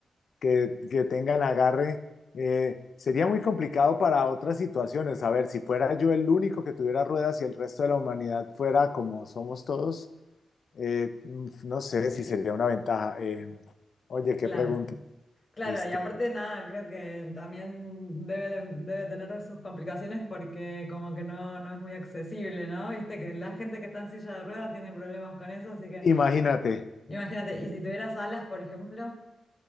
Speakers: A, on the left; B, on the left.
A: que, que tengan agarre. Eh, sería muy complicado para otras situaciones. A ver, si fuera yo el único que tuviera ruedas y el resto de la humanidad fuera como somos todos, eh, mm, no sé si sería una ventaja. Eh, oye, qué
B: claro.
A: pregunta.
B: Claro,
A: Este,
B: y aparte nada, creo que también debe, debe tener sus complicaciones porque como que no, no es muy accesible, ¿no? Viste que la gente que está en silla de ruedas tiene problemas con eso, así que
A: imagínate.
B: imagínate, y si tuvieras alas, por ejemplo,